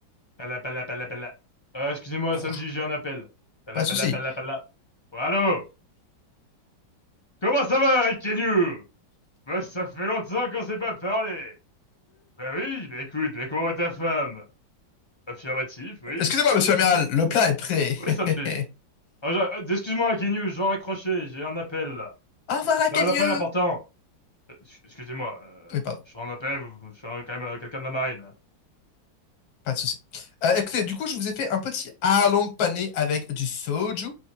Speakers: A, on the left; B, on the left.
A: Pala, pala, pala, pala. Euh, excusez-moi,
B: Hop.
A: Sanji, j'ai un appel. Pala,
B: Pas de
A: pala,
B: souci.
A: pala, pala. Oh, allô? Comment ça va, Kenyu? Bah, ça fait longtemps qu'on s'est pas parlé. Bah oui, bah écoute, mais comment va ta femme? Affirmatif, oui.
B: Excusez-moi, monsieur l'amiral, le plat est prêt.
A: Oui, Sanji.
B: <laughs>
A: Ah, j'a- ah, excuse-moi, Kenyu, je dois raccrocher, j'ai un appel, là.
B: Au revoir, Akenyu.
A: J'ai un appel important. Euh, ex- excusez-moi, euh,
B: Oui, pardon,
A: je suis en appel, vous- vous- je suis un- quand même euh, quelqu'un de la marine. hein.
B: pas de souci. Euh, écoutez, du coup, je vous ai fait un petit harlong pané avec du soju.